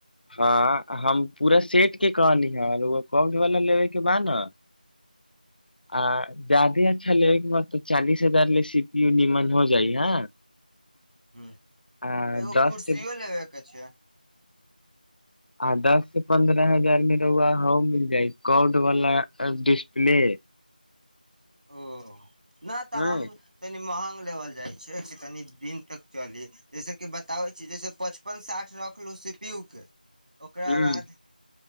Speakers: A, on the left (about 75°); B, on the right (about 55°).
A: हँ हम पूरा सेट के कहली है कक्ड वाला लेबेके बा ना
B: <inaudible>
A: आ जादे अच्छा लेबके मन त चालीस हजार ले सी पी न मन हो हो जाई ह
B: ह
A: आ
B: एगो
A: दस
B: कुर्सियो
A: के
B: लेबे के छै
A: आ दस से पन्द्रह हजार मे रहुआ ह मिल जाय कोड वला डिस्प्ले
B: ओ नहि तऽ
A: हँ
B: हम तनि महगा लेवल जाइ छै तनि दिन तक चली जैस कि बताबै छी जैसे पचपन साठ रखलू सिपियु के ओकरा
A: हूँ
B: बाद